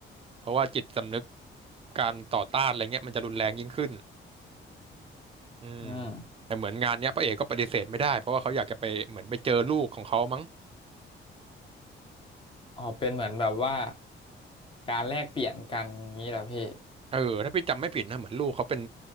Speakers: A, on the right; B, on the left.
A: เพราะว่าจิตสำนึกการต่อต้านอะไรเงี้ยมันจะรุนแรงยิ่งขึ้นอืม
B: อืม
A: แต่เหมือนงานเนี้ยพระเอกก็ปฏิเสธไม่ได้เพราะว่าเขาอยากจะไปเหมือนไปเจอลูกของเขามั้ง
B: อ๋อเป็นเหมือนแบบว่าการแลกเปลี่ยนกันอย่างนี้เหรอพี่
A: เออถ้าพี่จำไม่ผิดนะเหมือนลูกเขาเป็น